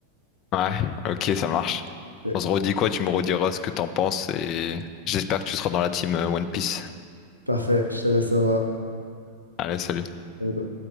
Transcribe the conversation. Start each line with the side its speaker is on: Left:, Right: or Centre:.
Left: Ouais, ok, ça marche.
Right: Ok.
Left: On se redit quoi? Tu me rediras ce que t'en penses et j'espère que tu seras dans la team euh, One Piece.
Right: Parfait, je te laisse savoir.
Left: Allez, salut.
Right: À bientôt.